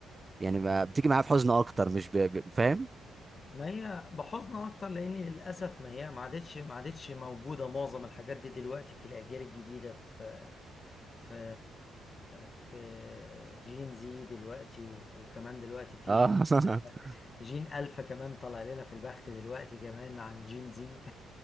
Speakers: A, on the right; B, on the left.
A: يعني ب... بتيجي معايا في حزن اكتر مش ب... ب... فاهم
B: ما هي بحزن اكتر لان للاسف ما هي ما عادتش ما عادتش موجوده معظم الحاجات دي دلوقتي في الاجيال الجديده في في في جين زي دلوقتي و- وكمان دلوقتي في
A: اه
B: ج-
A: <laughs>
B: جين الفا كمان طلع لنا في البخت دلوقتي كمان عن جين زي